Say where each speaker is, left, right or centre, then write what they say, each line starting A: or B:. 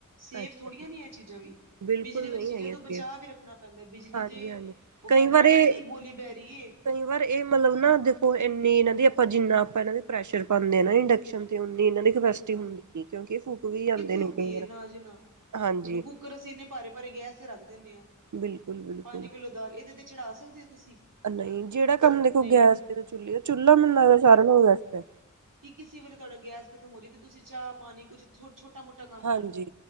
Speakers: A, on the right; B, on the right.
A: ਸੇਫ
B: ਅੱਛਾ
A: ਥੋੜੀਆਂ
B: ਜੀ
A: ਨੇ ਏ ਚੀਜ਼ਾਂ ਵੀ
B: ਬਿਲਕੁਲ
A: ਬਿਜਲੀ ਵਾਲੀ
B: ਨਹੀਂ
A: ਚੀਜ਼ਾਂ
B: ਹੈਗੇ
A: ਤੋਂ
B: ਸੇਫ
A: ਬਚਾਅ ਵੀ ਰੱਖਣਾ ਪੈਂਦਾ, ਬਿਜਲੀ
B: ਹਾਂਜੀ
A: ਤੇ
B: ਹਾਂਜੀ
A: ਓ
B: ਕਈ
A: ਕੈਂਦੇ
B: ਵਾਰ
A: ਨਾ
B: ਇਹ
A: ਅੰਨੀ, ਬੋਲੀ, ਬੈਰੀਏ।
B: ਕਈ ਵਾਰ ਏ ਮਲਬ ਨਾ ਦੇਖੋ ਇੰਨੀ ਇਹਨਾਂ ਦੀ ਆਪਾਂ ਜਿੰਨਾ ਆਪਾਂ ਇਹਨਾਂ ਦੇ ਪ੍ਰੈਸ਼ਰ ਪਾਦੇ ਨਾ ਇੰਡਕਸ਼ਨ ਹਾਜੀ ਓਨੀ ਏਨਾਂ ਦੀ ਕਪੈਸਟੀ
A: ਹਾਂ
B: ਹੁੰਦੀ ਨੀ ਕਿਉਂਕਿ ਏ ਫੂਕ ਵੀ ਜਾਂਦੇ
A: ਕਿੱਥੇ
B: ਨੇ
A: ਹੁੰਦੀ
B: ਕਈ ਵਾਰ,
A: ਏ ਨਾ ਅਜੇ ਨਾ
B: ਹਾਂਜੀ।
A: ਹੁਣ ਕੁੱਕਰ ਅਸੀਂ ਇੰਨੇ ਭਾਰੇ ਭਾਰੇ ਗੈਸ ਤੇ ਰੱਖ ਦਿੰਦੇ ਆ,
B: ਬਿਲਕੁਲ ਬਿਲਕੁਲ
A: ਪੰਜ ਕਿਲੋ ਦਾਲ ਏਦੇ ਤੇ ਚੜਾ ਸਕਦੇ ਆ ਤੁਸੀਂ?
B: ਨਈ ਜੇੜਾ ਕੰਮ ਦੇਖੋ
A: ਨਹੀਂ
B: ਗੈਸ ਤੇ ਚੁੱਲੇ ਚੁੱਲਾ ਮੈਨੂੰ ਲੱਗਦਾ ਸਾਰਿਆਂ ਨਾਲੋਂ ਬੈਸਟ ਆ।
A: ਕੀ ਕਿਸੇ ਵੇਲੇ ਤੁਆਡਾ ਗੈਸ ਖ਼ਤਮ ਹੋ ਜੇ ਤੇ ਤੁਸੀਂ ਚਾਅ ਪਾਣੀ ਕੁੱਝ ਛੋਟਾ ਮੋਟਾ ਕੰਮ
B: ਹਾਂਜੀ,
A: ਕਰ ਲਓ